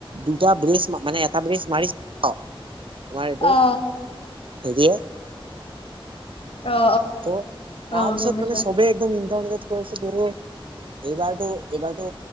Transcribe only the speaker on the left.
অ
অ
অ
গম পাইছো